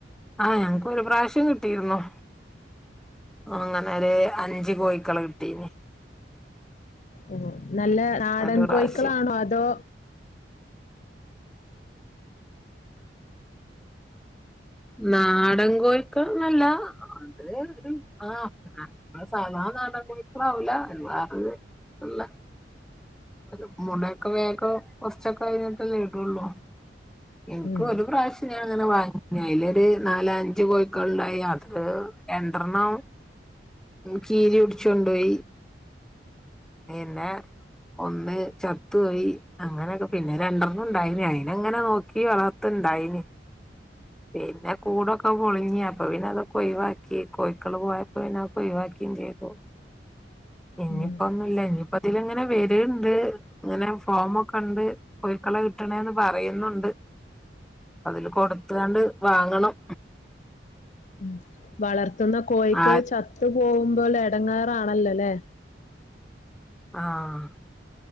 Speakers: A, in the centre; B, on the left.
A: ആഹ് ഞങ്ങക്ക് ഒരു പ്രാവശ്യം കിട്ടിയിരുന്നു അങ്ങനെരു അഞ്ച് കോഴിക്കള് കിട്ടീന്
B: ഉം നല്ല നാടൻ
A: ഒരു പ്രാവശ്യം
B: കോഴിക്കളാണോ അതോ
A: നാടൻ കോഴിക്കളന്നല്ല അത് രു ആഹ് അത് സാധനാടൻ കോഴിക്കളാവൂല <unintelligible> ഓര് മുടയൊക്കെ വേഗോ കുറച്ചൊക്കെ കഴിഞ്ഞിട്ട് ഇടൊള്ളൂ എനിക്ക്
B: ഉം
A: ഒരു പ്രാവശ്യ ഞൻങ്ങനെ വാങ്ങിഞ്ഞി അയ്ലൊരു നാല അഞ്ച കോഴിക്കള്ണ്ടായി അത് രണ്ടെണ്ണം കീരി പിടിച്ചൊണ്ട് പൊയി പിന്നെ ഒന്ന് ചത്തോയി അങ്ങനെയൊക്കെ പിന്നെ രണ്ടെണ്ണം ണ്ടായിഞ്ഞി അയിന്ങ്ങനെ നോക്കി വളർത്തുണ്ടായിഞ്ഞി പിന്നെ കൂടൊക്കെ പൊളിഞ് അപ്പൊ പിന്നെ അതൊക്കെ ഒഴിവാക്കി കോഴിക്കള് പോയപ്പോ പിന്നെ അതൊക്കെ ഓയി വാക്കിയും ചെയ്തു ഇനിയിപ്പോ
B: ഉം
A: ഒന്നുല്ല ഇനിയിപ്പോ തിലങ്ങനെ വരിണ്ട് ഇങ്ങനെ ഫോമൊക്കെ ഉണ്ട് കോഴി ക്കള കിട്ടണേന്ന് പറയുന്നുണ്ട് അതില് കൊടുത്താണ്ട് വാങ്ങണം
B: ഉം വളർത്തുന്ന കോഴിക്കൾ
A: ആ
B: ചത്തു പോഉമ്പോൾ എടങ്ങേറാണല്ലോല്ലേ
A: ആഹ്